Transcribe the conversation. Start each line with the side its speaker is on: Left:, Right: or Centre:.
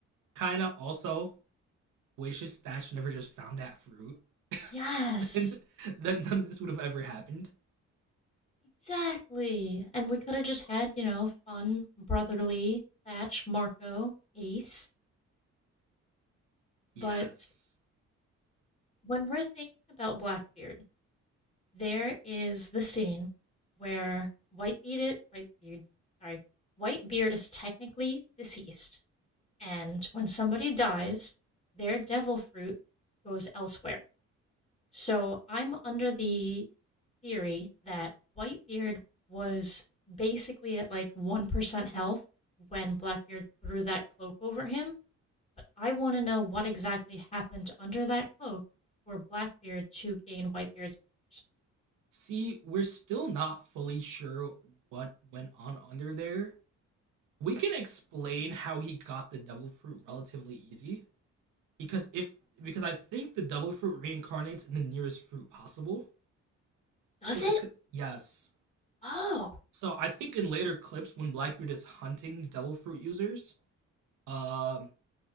Right: kinda also wishes Thatch never just found that fruit. <laughs> because
Left: Yes,
Right: then then none of this would have ever happened.
Left: exactly. And we could have just had, you know, fun, brotherly Thatch, Marco, Ace,
Right: Yes.
Left: but when we're thinking about Blackbeard, there is the scene where Whitebeard, Whitebeard, sorry, Whitebeard is technically deceased, and when somebody dies, their devil fruit goes elsewhere. So I'm under the theory that Whitebeard was basically at like 1% health when Blackbeard threw that cloak over him, I want to know what exactly happened under that cloak for Blackbeard to gain Whitebeard's powers.
Right: See, we're still not fully sure what went on under there we can explain how he got the devil fruit relatively easy because if because I think the devil fruit reincarnates in the nearest fruit possible.
Left: Does
Right: So it
Left: it?
Right: could yes.
Left: Oh.
Right: So I think in later clips when Blackbeard is hunting devil fruit users, um,